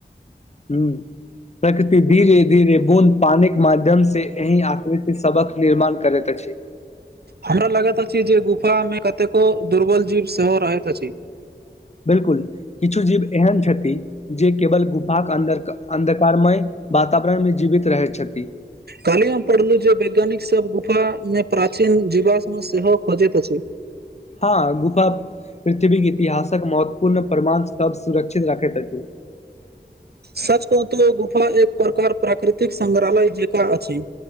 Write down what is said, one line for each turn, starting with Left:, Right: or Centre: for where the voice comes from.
Left: ह प्रकृति धीरे धीरे बूंद पानी के माध्यम माध्यम से रही आकृति सबक निर्माण करैत अछि
Right: हमरा लगैत अछि जे गुफामे कतेको दुर्बल जीव सेहो रहैत अछि
Left: बिलकुल किछु जीव एहन छथि जे केवल गुफाक के अ अन्धकारमय वातावरण मे जीवित रहैत छथि
Right: काली हम पढ़लु जे वैज्ञानिक सब गुफा मे प्राचीन जीवाश मे सेहो खोजैत अछि
Left: हँ गुफा पृथ्वी के इतिहास महत्वपूर्ण प्रमाण सब सुरक्षित रखैत अछि
Right: सच कहु तऽ गुफा एक प्रकार प्राकृतिक संग्रहालय जेका अछि